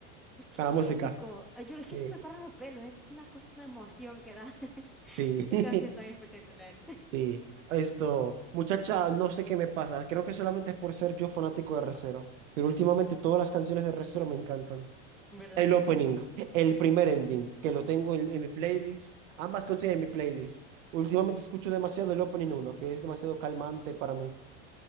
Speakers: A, in the centre; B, on the right.
A: Es que
B: Con la
A: qué
B: música.
A: épico. Yo, es que
B: Sí.
A: se me paran los pelos, es una cosa, una emoción que da. <laughs>
B: Sí.
A: Qué
B: <laughs>
A: canción tan espectacular.
B: Sí, esto, muchacha, no sé qué me pasa. Creo que solamente es por ser yo fanático de Re:Zero. Pero últimamente todas las canciones de Re:Zero me encantan.
A: verdad
B: El opening, el primer ending, que lo tengo en, en mi playlist. Ambas canciones en mi playlist. Últimamente
A: Ujú.
B: escucho demasiado el opening uno, que es demasiado calmante para mí.